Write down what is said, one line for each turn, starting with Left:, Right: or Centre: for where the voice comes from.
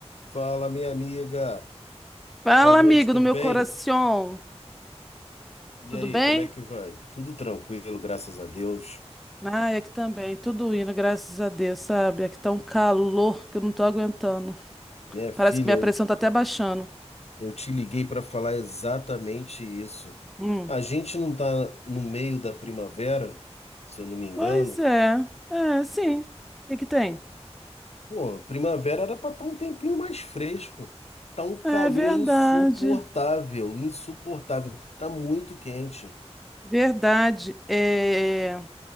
Left: Fala, minha amiga.
Centre: Fala,
Left: Boa noite,
Centre: amigo
Left: tudo
Centre: do meu
Left: bem?
Centre: coração.
Left: E
Centre: Tudo
Left: aí,
Centre: bem?
Left: como é que vai? Tudo tranquilo, graças a Deus.
Centre: Ai, aqui também. Tudo indo, graças a Deus, sabe? Aqui tá um calor que eu não tô aguentando.
Left: Minha
Centre: Parece
Left: filha,
Centre: que minha
Left: eu,
Centre: pressão
Left: te-
Centre: tá até baixando.
Left: eu te liguei para falar exatamente isso.
Centre: Hum.
Left: A gente não tá no meio da primavera, se eu não me engano.
Centre: Pois é. É, sim. O que que tem?
Left: Pô, primavera era para estar um tempinho mais fresco. Tá um calor
Centre: É verdade.
Left: insuportável, insuportável. Tá muito quente.
Centre: Verdade. É...